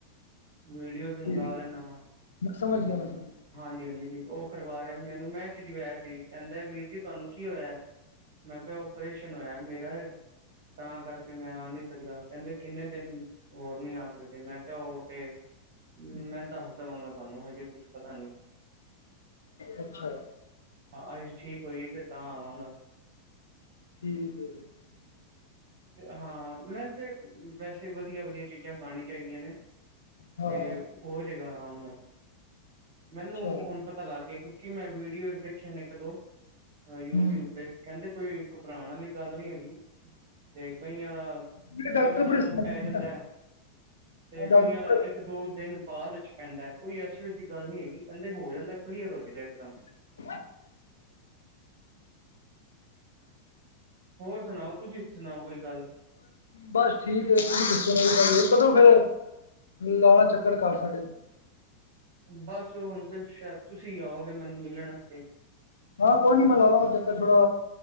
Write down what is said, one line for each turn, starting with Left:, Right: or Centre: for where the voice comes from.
Right: ਵੀਡੀਓ ਵੀ ਮੰਗਵਾ
Left: ਠੀਕ
Right: ਲੈ ਨਵਾਂ
Left: ਮੈਂ ਸਮਝ ਗਿਆ ਮੈਂ ਸਮਝ ਗਿਆ
Right: ਹਾਂਜੀ-ਹਾਂਜੀ ਹਾਂ ਉਹ ਕਰਵਾ ਰਿਹਾ ਮੈਨੂੰ ਮੈਂ, ਛਜਵਾ ਸੀ ਕਹਿੰਦਾ ਵੀਰ ਜੀ ਤੁਹਾਨੂੰ ਕੀ ਹੋਇਆ, ਮੈਂ ਕਿਹਾ ਓਪਰੇਸ਼ਨ ਹੋਇਆ ਮੇਰਾ ਤਾਂ ਕਰਕੇ ਮੈਂ ਆ ਨਹੀਂ ਸਕਦਾ ਕਹਿੰਦੇ ਕਿੰਨੇ ਦਿਨ ਹੋਰ ਨਹੀਂ ਆ ਸਕਦੇ ਮੈਂ ਕਿ ਓਹ ਤੇ। ਮੈਂ ਦੱਸ ਦੇਵਾਂਗਾ ਤੁਹਾਨੂੰ ਹਜੇ ਕੁਛ ਪਤਾ ਨੀ।
Left: ਅੱਛਾ।
Right: ਅੱਜ ਠੀਕ ਹੋ ਜੀ ਤੇ ਤਾਂ ਆਵਾਂਗਾ।
Left: ਠੀਕ ਹੈ ਜੀ।
Right: ਹਾਂ ਮੈ ਤੇ ਵੈਸੇ ਵਧੀਆ ਵਧੀਆ ਚੀਜ਼ਾਂ ਖਾਣੀ ਚਾਹੀਦੀਆਂ ਨੇ।
Left: ਹਾਂ
Right: ਤੇ ਹੋ ਜਾਏਗਾ ਆਰਾਮ ਨਾਲ ਮੈਨੂੰ
Left: ਅੱਛਾ ਹੂੰ
Right: ਹੁਣ ਪਤਾ ਲੱਗ ਗਿਆ। ਕਿਉਂਕਿ ਮੈਂ ਵੀਡੀਓਜ਼ ਦੇਖੇ ਨੇ ਇੱਕ ਦੋ ਯੂਟਿਊਬ
Left: ਹਾਂ
Right: ਤੇ ਕਹਿੰਦੇ ਕੋਈ। ਘੁਬਰਾਉਣ ਵਾਲੀ ਗੱਲ ਨੀ ਹੈਗੀ। ਅਤੇ ਕਈਆਂ ਦਾ
Left: ਮੇਰੇ ਡਾਕਟਰ
Right: ਇਕਦਮ
Left: ਬੜੇ ਸਿਆਣੇ
Right: ਪੈ ਜਾਂਦਾ।
Left: ਨੇ ਨਾ
Right: ਤੇ
Left: ਹਾਂ ਡਾਕਟਰ
Right: ਕਈਆਂ ਦਾ
Left: ਬੜੇ
Right: ਇੱਕ ਦੋ ਦਿਨ। ਬਾਅਦ ਵਿੱਚ ਪੈਂਦਾ ਕੋਈ ਐਸੀ ਵੈਸੀ ਗੱਲ ਨਹੀਂ ਹੈਗੀ ਕਹਿੰਦੇ ਹੋ ਜਾਂਦਾ। ਕਲੀਅਰ
Left: <unintelligible>
Right: ਹੋ ਜਾਏਗਾ ਇਕਦਮ ਹੋਰ ਸੁਣਾਓ ਤੁਸੀਂ ਸੁਣਾਓ ਕੋਈ ਗੱਲ
Left: ਬਸ ਠੀਕ ਹੈ ਤੁਸੀਂ ਦੱਸੋ ਨਾ। ਕਦੋਂ ਫੇਰ ਲਾਉਣਾ ਚੱਕਰ ਘਰ ਸਾਡੇ।
Right: ਬਸ ਹੁਣ ਤੇ ਸ਼ਾਇਦ ਤੁਸੀਂ ਆਓਗੇ ਮੈਨੂੰ ਮਿਲਣ ਵਾਸਤੇ।
Left: ਹਾਂ ਕੋਈ ਨੀ ਮੈਂ ਲਵਾਂਗਾ ਚੱਕਰ ਥੋੜਾ